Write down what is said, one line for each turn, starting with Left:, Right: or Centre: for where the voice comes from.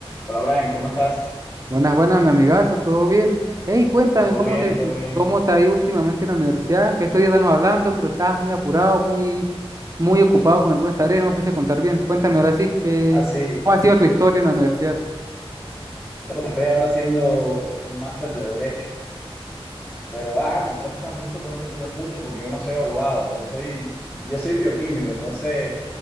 Left: Hola Brian, ¿cómo estás?
Right: Buenas, buenas, mi amigazo, ¿todo bien? Hey, cuéntame,
Left: Todo
Right: ¿cómo
Left: bien,
Right: te,
Left: todo bien.
Right: cómo te ha ido últimamente en la universidad? Que estos días estamos hablando, pero estabas muy apurado, muy, muy ocupado con algunas tareas, no me pudiste contar bien. Cuéntame ahora sí, que,
Left: Ah, sí,
Right: ¿cómo ha sido tu historia en la universidad?
Left: no, porque estoy ahora haciendo un máster de Derecho, pero ah, me cuesta mucho, tengo que estudiar mucho porque yo no soy abogado, yo soy, yo soy bioquímico, entonces